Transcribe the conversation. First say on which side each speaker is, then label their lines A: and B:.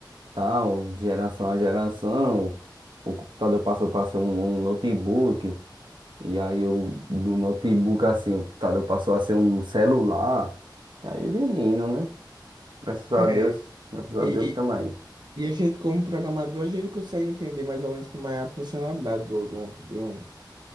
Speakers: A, on the right; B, on the right.
A: tal, de geração a geração. O computador passou para ser um, um notebook. E aí eu, do notebook, assim, o computador passou a ser um celular. E aí vem indo, né? Graças a
B: É,
A: Deus. Graças a
B: e,
A: Deus também.
B: e, e a gente, como programador, a gente consegue entender mais ou menos como é a funcionalidade do, do, de um,